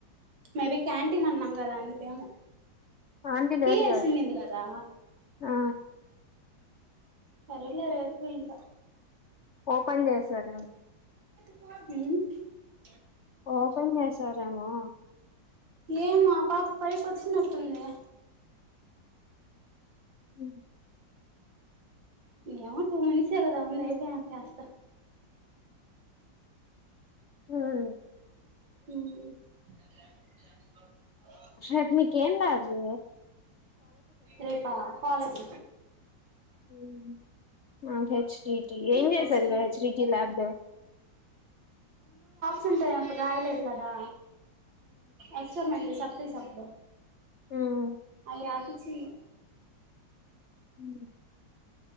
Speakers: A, on the right; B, on the left.
A: మేబి క్యాంటీన్ అన్నాం కదా అందుకేమో
B: ఆంటీ
A: కీ
B: లేదు
A: ఏసి ఎల్లింది కదా
B: ఆ
A: సరే లే రేపు ఇంకా
B: ఓపెన్ చేశార
A: హ
B: ఓ కన్యాసారేమా
A: ఏం ఆ పాప పైకి వచ్చినట్టుంది
B: హ
A: ఏమో టూ మినిట్స్యే గదా ఉంది అయిపోయినాకా చేస్త
B: ఉమ్
A: హ
B: షట్ మీ కేం లాదు
A: రేపా కాలజ్
B: మ్మ్ ఆ హెచ్డిటి ఏం
A: ఫెసిలిటీ
B: చేసారు హెచ్డిటి లాబ్ లో
A: తుంటాయప్పుడు రాయలేదు కదా అక్షరమయితే స పీసక్బా
B: మ్మ్
A: అయి రాపి చీ
B: మ్మ్